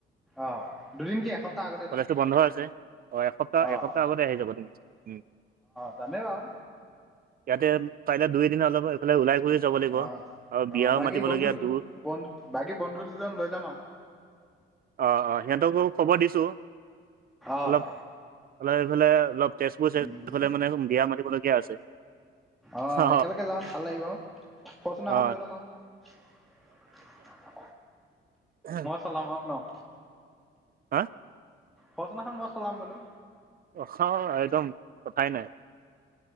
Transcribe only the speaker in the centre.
অঁ' দুদিন কি এসপ্তাহ আগতে
যাম।
অ',
যামে বাৰু।
অঁ
অঁ' বাকী
বন্ধু
বন্ধু বাকী বন্ধু দুজন লৈ যাম আৰু।
অ'।
উম,
অঁ
একেলগে যাম ভাল লাগিব। ফৰচোনাখন
লৈ লম আও।
চলাম আৰু ন।
ফৰ্চুনাখন মই চলাম বোলোঁ।